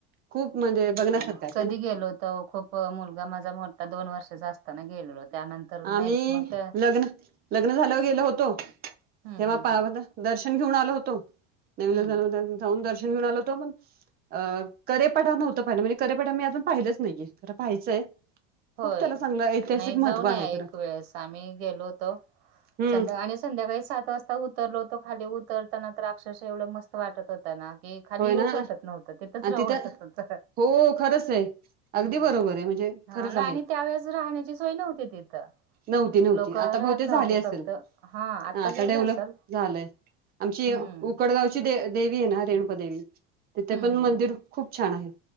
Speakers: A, on the right; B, on the right.
A: खूप म्हणजे बघण्यासारखं
B: हम
A: आहे
B: कधी
A: ना
B: गेलो होतो खूप मुलगा माझा मोठा दोन वर्षाचा असताना गेलेलो. त्यानंतर नाहीच
A: आम्ही
B: मग त्या
A: लग्न लग्न झाल्यावर गेलो होतो
B: हम्म
A: तेव्हा
B: हम्म
A: पा
B: हम्म
A: दर्शन घेऊन आलो होतो नेवी
B: हम्म
A: जाऊन दर्शन घेऊन आलो होतो पण अ कडेपठार नव्हत पाहिलं म्हणजे कडेपठार मी अजून पाहिलंच नाहीये खर पाहायचंय.
B: होय.
A: खूप त्याला चांगलं ऐतिहासिक
B: नाही
A: महत्व
B: जाऊन
A: आहे.
B: या एक
A: खरं
B: वेळेस आम्ही गेलो होतो
A: हम्म
B: संध्या आणि संध्याकाळी सात वाजता हो उतरलोतो खाली उतरताना तर अक्षश एवढ मस्त वाटत होताना की खाली
A: होय
B: येऊच
A: ना
B: वाटत नव्हतं तेथच
A: आणि
B: राव
A: तिथं
B: वाटत नत
A: हो खरंच आहे अगदी
B: हम्म.
A: बरोबर आहे म्हणजे
B: हा
A: खरंच आहे
B: आणि त्यावेेळेस राहण्याची सोय नव्हती तिथं.
A: नव्हती नव्हती
B: लोक राहत
A: आता बहुतेच
B: नव्हते
A: झाली असेल
B: फक्त
A: हा आता
B: झालं
A: डेव्हलप
B: असेल
A: झालंय. आमची
B: हम्म
A: उकड वडगावची दे देवी आहे ना रेणुका देवी तिथे
B: हम्म
A: पण
B: हम्म हम्म.
A: मंदिर खूप छान आहे.